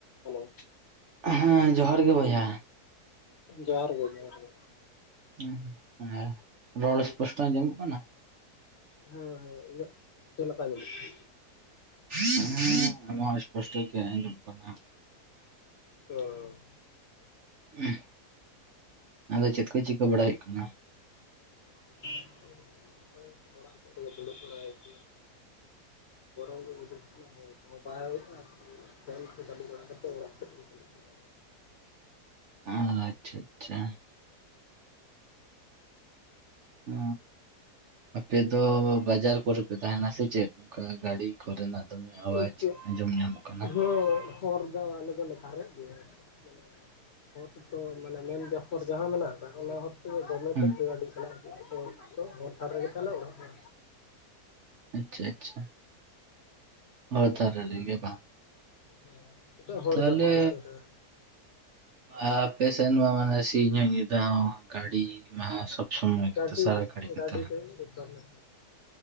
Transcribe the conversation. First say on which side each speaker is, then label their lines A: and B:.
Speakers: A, on the left; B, on the right.
A: Hello
B: ᱦᱮᱸ ᱡᱚᱦᱟᱨ ᱜᱮ ᱵᱚᱭᱦᱟ
A: ᱡᱚᱦᱟᱨ ᱜᱮ ᱡᱚᱦᱟᱨ ᱜᱮ
B: <unintelligible> ᱨᱚᱲ ᱥᱯᱚᱥᱴᱚ ᱟᱡᱚᱢᱱᱚᱜ ᱠᱟᱱᱟ
A: ᱦᱮᱸ ᱦᱮᱸ ᱤᱧᱟᱹᱜ ᱪᱮᱫ ᱞᱮᱠᱟ ᱟᱸᱡᱚᱢᱚᱜ ᱠᱟᱱᱟ?
B: <unintelligible> ᱦᱮᱸ ᱟᱢᱟᱜ ᱥᱯᱚᱥᱴᱚ ᱜᱮ ᱟᱡᱚᱢᱚᱜ ᱠᱟᱱᱟ
A: ᱚᱻ
B: <unintelligible> ᱟᱫᱚ ᱪᱮᱫ ᱠᱚ ᱪᱤᱠᱟᱹ ᱵᱟᱲᱟ ᱦᱩᱭᱩᱜ ᱠᱟᱱᱟ
A: <unintelligible> ᱦᱚᱭ ᱚᱲᱟᱜ ᱥᱮᱫ ᱨᱮ ᱜᱮ ᱫᱩᱲᱩᱵ ᱵᱟᱲᱟ ᱦᱩᱭ ᱟᱠᱟᱱᱟ <unintelligible> <unintelligible> ᱦᱳᱭ ᱨᱤᱧ ᱩᱰᱩᱜᱽ ᱟᱠᱟᱱᱟ ᱦᱳᱭ ᱠᱚ ᱦᱚᱸ ᱵᱟᱭ ᱦᱳᱭ ᱮᱜ-ᱟ ᱟᱨ ᱯᱷᱮᱱ ᱠᱚ ᱪᱟᱹᱞᱩ ᱵᱟᱲᱟ ᱠᱟᱛᱮᱫ ᱚᱲᱟᱜ ᱥᱮᱫ ᱨᱮᱜᱮ ᱫᱩᱲᱩᱵ ᱵᱟᱲᱟ <unintelligible>
B: ᱚ ᱟᱪᱪᱷᱟ ᱟᱪᱪᱷᱟ ᱚ ᱟᱯᱮ ᱫᱚ ᱵᱟᱡᱟᱨ ᱠᱚᱨᱮ ᱯᱮ ᱛᱟᱦᱮᱸᱱᱟ ᱥᱮ ᱪᱮᱫ ᱚᱱᱠᱟ ᱜᱟᱹᱲᱤ ᱠᱚ ᱨᱮᱱᱟᱜ ᱫᱚᱢᱮ
A: ᱠᱟᱱᱟ᱾
B: ᱟᱣᱟᱡᱽ
A: ᱤᱱᱠᱟᱹ
B: ᱟᱸᱡᱚᱢ ᱧᱟᱢᱚᱜ ᱠᱟᱱᱟ
A: ᱦᱚᱸ ᱦᱚᱨ ᱫᱚ ᱟᱞᱮ ᱫᱚ ᱞᱮ ᱫᱷᱟᱨᱮᱜ ᱜᱮᱭᱟ <unintelligible> ᱦᱚᱨ ᱠᱳ ᱛᱚ ᱢᱟᱱᱮ ᱢᱮᱱ <unintelligible> ᱡᱟᱦᱟ ᱢᱮᱱᱟᱜᱼᱟ ᱚᱱᱟ ᱦᱚᱨ ᱫᱚᱢᱮ
B: ᱦᱮᱸ
A: ᱛᱮᱫ ᱜᱮ ᱜᱟᱹᱰᱤ ᱪᱟᱞᱟᱜ ᱦᱚᱨ ᱫᱚ ᱦᱚᱨ ᱫᱷᱟᱨ ᱨᱮ ᱜᱮ ᱛᱟᱞᱮ ᱚᱲᱟᱜ ᱫᱚ
B: ᱟᱪᱪᱷᱟ ᱟᱪᱪᱷᱟ ᱦᱚᱨ ᱫᱷᱟᱨᱮ ᱨᱮ ᱜᱮ ᱵᱟᱝ
A: <unintelligible>
B: ᱛᱟᱦᱞᱮ
A: ᱡᱟᱯᱟᱜ ᱩᱛᱟᱹᱨᱟ
B: ᱟᱯᱮ ᱥᱮᱱ ᱢᱟ ᱢᱟᱱᱮ ᱥᱤᱧ ᱦᱚᱸ ᱧᱤᱫᱟᱹ ᱦᱚᱸ ᱜᱟᱹᱰᱤ ᱚᱱᱟ ᱦᱚᱸ <unintelligible> ᱥᱳᱢᱳᱭ ᱜᱮ
A: ᱜᱟᱹᱰᱤ
B: ᱛᱚ ᱥᱟᱨᱟ
A: ᱫᱚ
B: ᱠᱷᱟᱹᱲᱤ ᱜᱮ
A: ᱜᱟᱹᱰᱤ
B: ᱛᱚ ᱦᱟᱸᱜ
A: ᱛᱮ ᱡᱚᱛᱚ ᱞᱮ